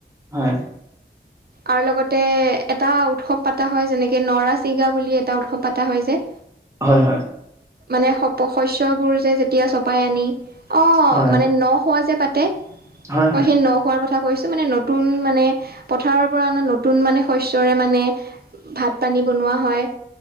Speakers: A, on the right; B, on the right.
A: হয়।
B: আৰু লগতে এটা উৎসৱ পতা হয় যেনেকে নৰা চিগা বুলি এটা উৎসৱ পতা হয় যে।
A: হয় হয়।
B: মানে শস্যবোৰ যে যেতিয়া চপাই আনি অ
A: হয়,
B: মানে ন হোৱা যে পাতে
A: হয়, হয়,
B: মই সেই ন হোৱাৰ কথা কৈছো মানে নতুন মানে পথাৰৰ পৰা অ 'নতুন মানে শস্যৰে মানে ভাত পানী বনোৱা হয়